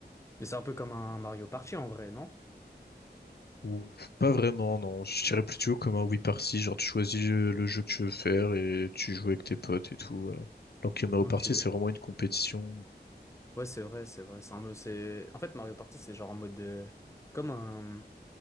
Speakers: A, on the left; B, on the left.
A: Mais c'est un peu comme un Mario Party en vrai, non?
B: Ou pas vraiment, non. Je dirais plutôt comme un oui party, genre tu choisis euh, le jeu que tu veux faire et tu joues avec tes potes et tout. euh. Alors que Mario
A: Ok.
B: Party, c'est vraiment une compétition.
A: Ouais, c'est vrai, c'est vrai. C'est un mode- c'est... En fait, Mario Party, c'est genre en mode. euh, comme un.